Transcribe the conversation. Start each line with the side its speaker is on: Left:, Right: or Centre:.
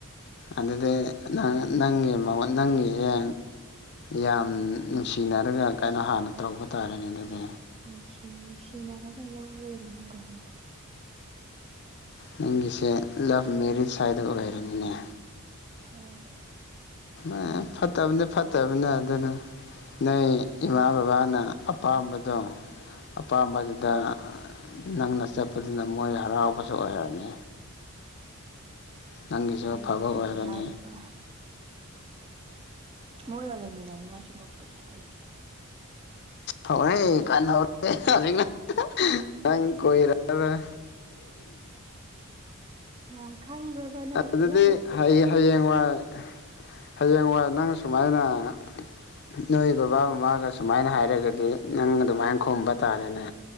Left: ꯑꯗꯨꯗꯤ ꯅꯪꯒꯤ ꯃꯌꯣꯅꯪꯒꯤꯁꯦ ꯌꯥꯝ ꯅꯨꯡꯁꯤꯅꯔꯒ ꯀꯩꯅꯣ ꯍꯥꯟꯅ ꯇꯧꯕ ꯇꯥꯔꯦꯅꯦ ꯑꯗꯨꯗꯤ
Right: ꯅꯨꯡꯁꯤ ꯅꯨꯡꯁꯤꯅꯔꯒ ꯂꯧꯒꯗꯨꯕꯅꯤ ꯀꯩꯅꫭ
Left: ꯅꯪꯒꯤꯁꯦ ꯂꯥꯞ ꯃꯦꯔꯤꯖ ꯍꯥꯏꯗꯣ ꯑꯣꯏꯔꯝꯅꯦ
Right: ꯍꯣꯏ
Left: ꯑꯦ ꯐꯠꯇꯕꯅ ꯐꯠꯇꯕꯅꯦ ꯑꯗꯨꯅꯦ ꯅꯪ ꯏꯃꯥ ꯕꯕꯥꯅ ꯑꯄꯥꯝꯕꯗꯣ ꯑꯄꯥꯝꯕꯗꯨꯗ ꯅꯪꯅ ꯆꯠꯄꯗꯨꯅ ꯃꯣꯏꯅ ꯍꯔꯥꯎꯕꯁꯨ ꯑꯣꯏꯔꯅꯤ ꯅꯪꯒꯤꯁꯨ
Right: ꯑꯦ ꯑꯗꯨꯗꯤ
Left: ꯑꯐꯕ
Right: ꯀꯔꯤ
Left: ꯑꯣꯏꯔꯅꯤ
Right: ꯍꯥꯏꯔꯤꯕ ꯃꯣꯒ ꯂꯩ ꯃꯤꯟꯅ ꯅꯤꯡ ꯉꯥꯏꯁꯨ ꯅꯠꯇꯅ ꯑꯩꯗꯤ
Left: ꯍꯧꯔꯦ ꯀꯥꯟ ꯍꯧ ꯍꯧꯖꯤꯛꯅ ꯅꯪ ꯀꯨꯔꯂꯣꯏ
Right: ꯌꯥꯝ ꯈꯪꯕꯔꯕ ꯅꯪ
Left: ꯑꯗꯨꯗꯤ
Right: ꯅꯪ ꯑꯩꯈꯣꯏꯅꯤ
Left: ꯍꯌꯦ ꯍꯌꯦꯡꯋꯥꯏ ꯍꯌꯦꯡꯋꯥꯏ ꯅꯪ ꯁꯨꯃꯥꯏꯅ ꯅꯣꯏ ꯕꯕꯥ ꯃꯃꯥꯅ ꯑꯁꯨꯃꯥꯏꯅ ꯍꯥꯏꯔꯒꯗꯤ ꯅꯪ ꯑꯗꯨꯃꯥꯏꯅ ꯈꯣꯝꯕ ꯇꯥꯔꯦꯅꯦ